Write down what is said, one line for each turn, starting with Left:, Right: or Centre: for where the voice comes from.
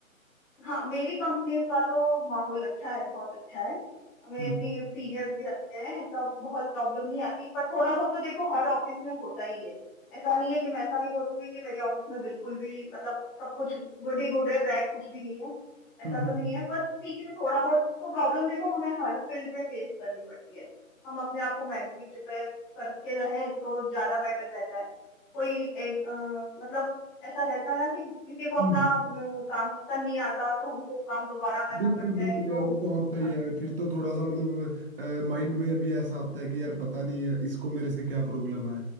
Centre: हाँ मेरी कंपनी का तो माहौल अच्छा है बहुत अच्छा है हमें
Right: हम्म
Centre: ऐसी सीनियर्स भी अच्छे हैं सब बहुत प्रॉब्लम नहीं आती पर थोड़ा बहुत तो देखो हर ऑफिस में होता ही है ऐसा नहीं है कि मैं ऐसा नहीं बोलूंगी कि मेरे ऑफिस में बिल्कुल भी मतलब सब कुछ गुड ही गुड है बैड कुछ भी नहीं है ऐसा
Right: हम्म
Centre: तो
Right: हम्म
Centre: नहीं है पर ठीक है थोड़ा बहुत तो प्रॉब्लम देखो हमें हर फील्ड में फेस करनी पड़ती है हम अपने आप को मेंटली प्रिपेयर करके रहे तो ज्यादा बेटर रहता है कोई एक अ, मतलब ऐसा रहता है ना कि किसी को अपना
Right: हम्म हम्म।
Centre: अ, काम पसंद नहीं आता तो हमको वो काम दोबारा करना
Right: बिल्कुल
Centre: पड़ता
Right: बिल्कुल
Centre: है तो
Right: यार
Centre: हमको
Right: वो तो होता ही
Centre: अ,
Right: है फिर तो थोड़ा सा मतलब माइंड में भी ऐसा आता है कि यार पता नहीं है इसको मेरे से क्या प्रॉब्लम है